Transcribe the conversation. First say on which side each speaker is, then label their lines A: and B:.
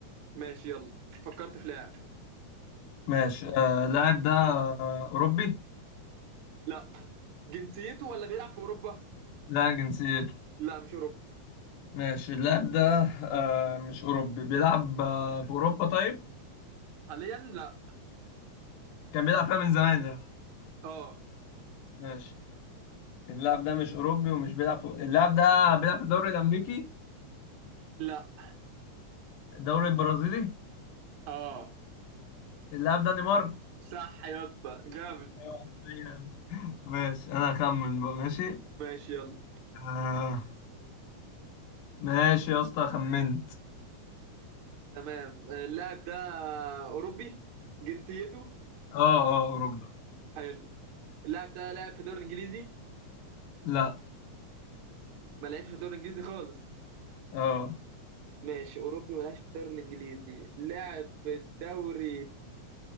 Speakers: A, on the right (about 70°); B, on the left (about 85°).
A: ماشي يلا فكرت في لاعب
B: ماشي آه اللاعب ده آه أوروبي؟
A: لا جنسيته ولا بيلعب في اوروبا
B: لا جنسيته
A: لا مش اوروبي
B: ماشي اللاعب ده آه مش أوروبي بيلعب آه في أوروبا طيب؟
A: حاليا لا
B: كان بيلعب فيها من زمان يعني
A: اه
B: ماشي اللاعب ده مش أوروبي ومش بيلعب في اللاعب ده بيلعب في الدوري الأمريكي
A: لا
B: الدوري البرازيلي
A: اه
B: اللاعب ده نيمار
A: صح يا اسطى جامد
B: ايوه أيوة. ماشي أنا هخمن بقى ماشي
A: ماشي يلا
B: آه ماشي يا اسطى خمنت
A: تمام اللاعب ده اوروبي جنسيته
B: اه اه أوروبا
A: حلو اللاعب ده لعب في الدوري الانجليزي
B: لا
A: ما لعبش في الدوري الانجليزي خالص
B: اه
A: ماشي اوروبي ما لعبش في الدوري الانجليزي لعب في الدوري